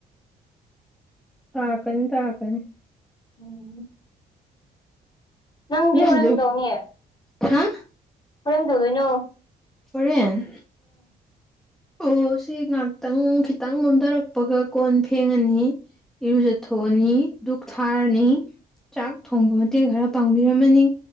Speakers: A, in the centre; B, on the left (about 25°).
A: ꯇꯥꯒꯅꯤ ꯇꯥꯒꯅꯤ
B: ꯎꯝ ꯅꯪꯒꯤ
A: ꯅꯪꯒꯤꯖꯨ
B: ꯎꯅꯗꯧꯅꯤꯌꯦ
A: ꯍꯥ
B: ꯀꯣꯔꯦꯟ ꯇꯧꯗꯣꯏꯅꯣ
A: <unintelligible> ꯑꯣ ꯁꯤ ꯉꯍꯥꯛꯇꯪ ꯈꯤꯇꯪ ꯅꯣꯝꯊꯔꯛꯄꯒ ꯀꯣꯟ ꯐꯦꯡꯉꯅꯤ ꯏꯔꯨꯖ ꯊꯣꯅꯤ ꯙꯛ ꯊꯥꯔꯅꯤ ꯆꯥꯛ ꯊꯣꯡꯕ ꯃꯇꯦꯡ ꯈꯔ ꯄꯥꯡꯕꯤꯔꯝꯃꯅꯤ